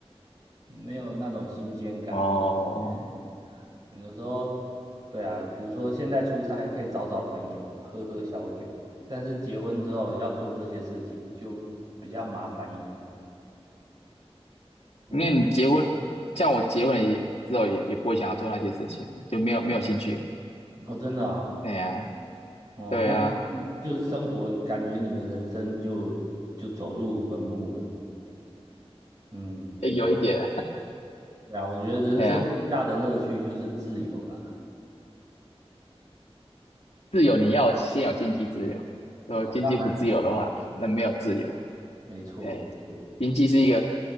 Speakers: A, on the right; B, on the left.
A: 没有那种新鲜感。
B: 哦，
A: 嗯，有时候对啊，比如说现在出差还可以找找朋友啊喝喝小酒啊但是结婚之后要做这些事情就比较麻烦一点。对啊，
B: 那你结婚，像我结婚了也之后也也不会想要做那些事情了，就没有没有兴趣了，
A: 我真的啊。
B: 哎呀，
A: 哦，
B: 对啊，
A: 那就生活感觉你的人生就就走入坟墓了。嗯，
B: 有一点，
A: 对啊，我觉得人生最大的乐趣就是自由啦。
B: <laughs> 哎呀。自由你要先有经济自由，如果经济不自由的话，
A: 那、当然了，当然，
B: 那没有自由。
A: 没错没错。
B: 哎，经济是一个